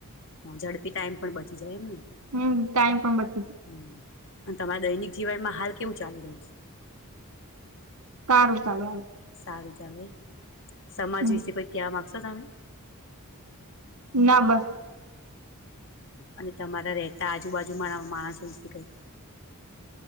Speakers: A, on the left; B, on the right.
A: હ ઝડપી ટાઈમ પણ બચી જાય એમને.
B: હમ્મ ટાઈમ પણ બચી
A: હમ અને તમારા દૈનિક જીવનમાં હાલ કેવું ચાલી રહ્યું છે.
B: સારું ચાલે.
A: સારું ચાલે. સમાજ
B: હમ
A: વિશે કોઈ ક્યા માગશે. તમે
B: ના બસ
A: અને તમારા રહેતા આજુબાજુમાં માણસોથી વિષ કઈ